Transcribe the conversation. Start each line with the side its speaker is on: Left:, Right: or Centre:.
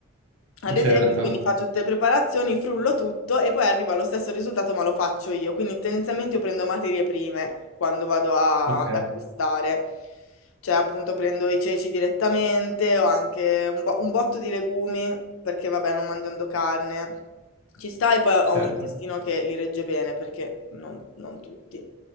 Left: Ad
Right: certo,
Left: esempio, quindi faccio tutte le preparazioni, frullo tutto e poi arrivo allo stesso risultato, ma lo faccio io. Quindi tendenzialmente io prendo materie prime quando vado a-
Right: ok,
Left: ad acquistare. Cioè, appunto, prendo i ceci direttamente o anche un, bo- un botto di legumi, perché vabbè, non mangiando carne. Ci sta e poi
Right: certo.
Left: ho un intestino che li regge bene perché non, non tutti.